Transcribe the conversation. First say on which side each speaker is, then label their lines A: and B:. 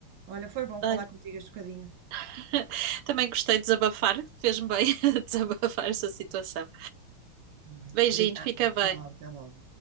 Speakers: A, on the right (about 70°); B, on the right (about 85°).
A: Olha, foi bom falar
B: Olha,
A: contigo este bocadinho.
B: <laughs> também gostei de desabafar, fez-me bem <laughs> desabafar essa situação.
A: Hum,
B: Beijinho,
A: Obrigada,
B: fica bem.
A: tchau, até logo.